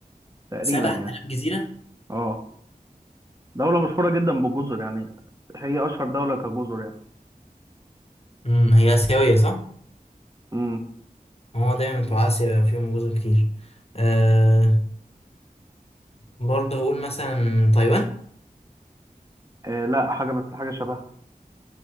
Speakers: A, on the right; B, on the left.
A: تقريبا
B: 7000
A: يعني
B: جزيرة
A: اه دولة مشهورة جدا بالجزر يعني هي اشهر دولة كجزر يعني
B: امم هي آسيوية صح؟
A: امم
B: هو دايما بتوع آسيا بيبقى فيهم جزر كتير أه برضه هقول مثلا تايوان
A: آه لا حاجة بس حاجة شبهها